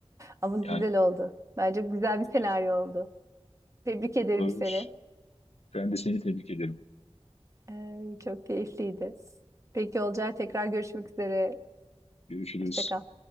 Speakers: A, on the right; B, on the left.
A: Ama güzel
B: Yani
A: oldu. Bence güzel bir
B: evet,
A: senaryo oldu. Tebrik ederim
B: olabilir.
A: seni.
B: Ben de seni tebrik ederim.
A: Ee, çok keyifliydi. Peki Olcay tekrar görüşmek üzere.
B: Görüşürüz.
A: Hoşça kal.